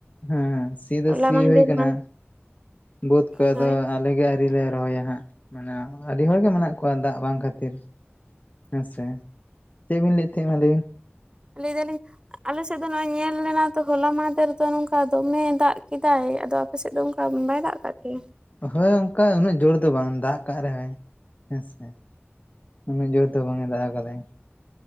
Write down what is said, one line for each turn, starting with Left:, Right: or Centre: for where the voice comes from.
Left: ᱦᱩᱸ, ᱥᱤ ᱫᱚ
Right: ᱦᱚᱞᱟ
Left: ᱥᱤ
Right: ᱢᱟᱦᱫᱮᱨ
Left: ᱦᱳᱭ ᱠᱟᱱᱟ
Right: ᱢᱟ
Left: ᱵᱟᱹᱛ ᱠᱚᱫᱚ᱾
Right: ᱦᱳᱭ
Left: ᱟᱞᱮ ᱜᱮ ᱟᱭᱨᱤ ᱞᱮ ᱨᱚᱦᱚᱭᱟ ᱦᱟᱸᱜ ᱢᱟᱱᱮ ᱟᱹᱰᱤ ᱦᱚᱲ ᱜᱮ ᱢᱮᱱᱟᱜ ᱠᱚᱣᱟ ᱫᱟᱜ ᱵᱟᱝ ᱠᱷᱟᱹᱛᱤᱨ ᱦᱮᱸ ᱥᱮ᱾ᱪᱮᱫ ᱵᱤᱱ ᱞᱟᱹᱭᱮᱫ ᱛᱟᱦᱮᱸᱫ ᱢᱟ ᱞᱟᱹᱭ ᱵᱤᱱ?
Right: ᱞᱟᱹᱭ ᱫᱟᱞᱤᱧ ᱟᱞᱮ ᱥᱮᱫ ᱫᱚ ᱱᱚᱜᱼᱚᱭ ᱧᱮᱞ ᱞᱮᱱᱟ ᱛᱚ ᱦᱚᱞᱟ ᱢᱟᱦᱫᱷᱮᱨ ᱫᱚ ᱱᱚᱝᱠᱟ ᱫᱚᱢᱮ ᱫᱟᱜ ᱠᱮᱫᱟᱭ ᱟᱫᱚ ᱟᱯᱮᱥᱮᱫ ᱫᱚ ᱚᱱᱠᱟ ᱵᱟᱭ ᱫᱟᱜ ᱠᱟᱜ ᱛᱮ?
Left: ᱦᱳᱭ ᱚᱱᱠᱟ ᱩᱱᱟᱹᱜ ᱡᱳᱨ ᱫᱚ ᱵᱟᱝ ᱫᱟᱜ ᱠᱟᱜ ᱨᱮᱦᱚᱸᱭ ᱦᱮᱸ ᱥᱮ, ᱩᱱᱟᱹᱜ ᱡᱳᱨ ᱫᱚ ᱵᱟᱝ ᱮ ᱫᱟᱜ ᱟᱠᱟᱫᱟᱭ᱾